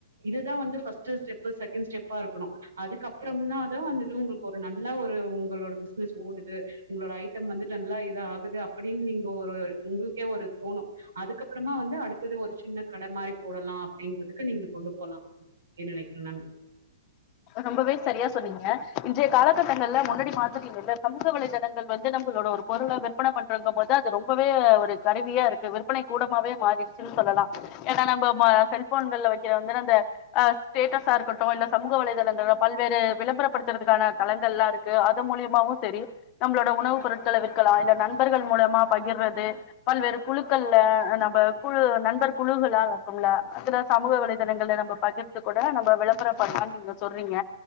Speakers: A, on the right; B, on the left.
A: இதுதா வந்து ஃபர்ஸ்ட்டு ஸ்டெப்பு செகண்ட் ஸ்டெப்பா இருக்குணு அதுக்கப்றமாதா வந்துட்டு ஒங்ளுக்கு நல்ல ஒரு ஒங்களோட பிசினஸ் ஓடுது ஒங்களோட ஐட்டம் வந்து நல்லா இதா ஆகுது அப்டின் நீங்க ஒரு ஒங்ளுக்கே ஒரு தோணு அதுக்கப்றமா வந்து அடுத்தது ஒரு சின்ன கட மாரி போடலா அப்டின்றதுக்கு நீங்க கொண்டு போலா என்ன நெனக்றீங்கனு
B: ரொம்பவே சரியா சொன்னீங்க இன்றைய காலகட்டங்கள்ல முன்னாடி பாத்துட்டீங்க சமூக வலைதளங்கள் வந்து நம்மளோட ஒரு பொருள விற்பன பண்றங்கபோது அது ரொம்பவே ஒரு கருவியா இருக்கு விற்பனை கூடமாவே மாறிடுச்சுன்னு சொல்லலா ஏனா நம்ம வா செல்போன்கள வைக்கிற அந்த அ ஸ்டேட்டஸா இருக்கட்டு இல்ல சமூக வலைதளங்கள பல்வேறு விளம்பரப்படுத்றதுக்கான தளங்கள் இருக்கு அது மூலியமாவு செரி நம்மளோட உணவுப் பொருட்கள விக்கலா இல்ல நண்பர்கள் மூலமா பகிர்றது பல்வேறு குழுக்கள்ல நம்ம குழு நண்பர் குழுகளா இருக்கும்லா <unintelligible> சமூக வலைதளங்கள் நம்ம பக்கிர்துகூட நம்ம விள பரம் பண்ணலான்னு நீங்க சொல்றீங்க